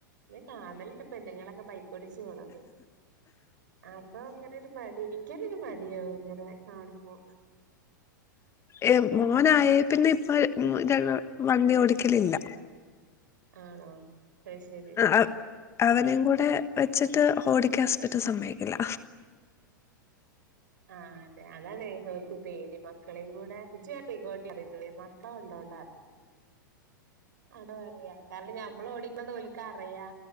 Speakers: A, on the right; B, on the left.
A: ഞാൻ കാണലിണ്ട് പെണ്ണുങ്ങളൊക്കെ ബൈക്കോടിച്ച് പോണത് അപ്പൊങ്ങനെ മടി ഇരിക്കാനൊരു മടിയാവും ഇങ്ങനെ കാണുമ്പോ
B: ഏഹ് മോനായേ പിന്നെ ഇപ്പൊ ഉം വണ്ടി ഓടിക്കലില്ല
A: ആണോ അയ്ശേരി
B: അ അവനേം കൂടെ വെച്ചിട്ട് ഓടിക്കാൻ ഹസ്ബന്റ് സമ്മയിക്കില്ല
A: ആഹ് അതെ അതാണ് അവർക്ക് പേടി മക്കളേം കൂടെ ഇജാ പൊയ്ക്കൊണ്ടി പറയുന്നോടെയ് മക്കള് ഉള്ളോണ്ട അതാ പറയാ കാരണം ഞമ്മള് ഓടിക്കണത് ഒൽക്കറിയാ